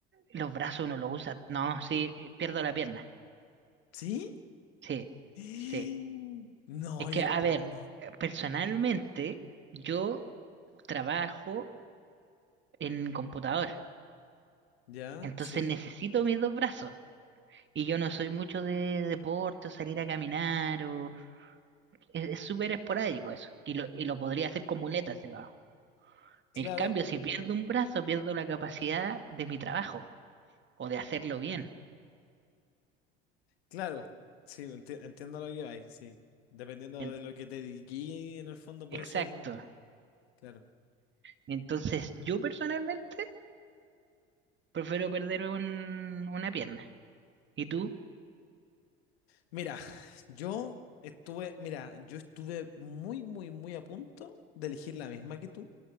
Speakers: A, on the right; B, on the left.
A: los brazos uno los usa. No, sí, pierdo la pierna.
B: ¿Sí?
A: Sí,
B: <gasps>
A: sí.
B: No,
A: Es que,
B: yo
A: a
B: no puedo.
A: ver, eh, personalmente yo trabajo en computador,
B: Ya,
A: entonces
B: sí,
A: necesito mis dos brazos. Y yo no soy mucho de deporte, o salir a caminar, o es es súper esporádico eso. Y lo, y lo podría hacer con muletas si lo hago.
B: claro,
A: En cambio, si pierdo
B: sí,
A: un brazo, pierdo la capacidad de mi trabajo o de hacerlo bien.
B: claro. Sí, enti- entiendo lo que hay, sí. Dependiendo
A: En-
B: de lo que te dediqué, en el fondo puede
A: Exacto.
B: ser, claro.
A: Entonces, yo personalmente prefiero perder un- una pierna. ¿Y tú?
B: Mira, yo estuve, mira, yo estuve muy, muy, muy a punto de elegir la misma que tú,